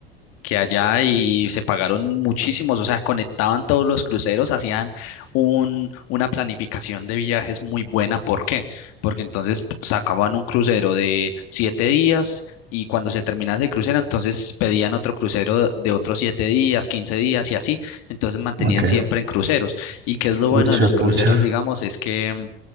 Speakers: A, on the left; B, on the right.
A: que allá y se pagaron muchísimos, o sea, conectaban todos los cruceros, hacían un, una planificación de viajes muy buena. ¿Por qué? Porque entonces p- sacaban un crucero de siete días. Y cuando se terminaba ese crucero, entonces pedían otro crucero de otros siete días, quince días y así. Entonces mantenían
B: Ok.
A: siempre en cruceros. ¿Y qué es lo
B: Pucha,
A: bueno de los
B: pucha.
A: cruceros, digamos? Es que mm,